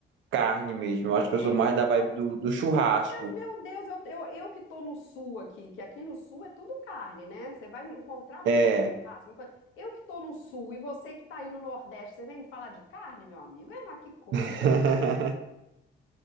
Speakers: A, on the right; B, on the left.
A: carne mesmo. Eu acho
B: É,
A: que eu sou mais
B: e
A: da
B: então,
A: vibe do, do churrasco.
B: mas meu Deus, eu, eu, eu que tô no sul aqui, que aqui no sul é tudo carne, né? Você vai me encontrar, vamos
A: É,
B: fazer um churrasco. vamos fazer- Eu que tô no sul e você que tá aí no Nordeste, você vem me falar de carne, meu amigo? É, mas que coisa!
A: <laughs>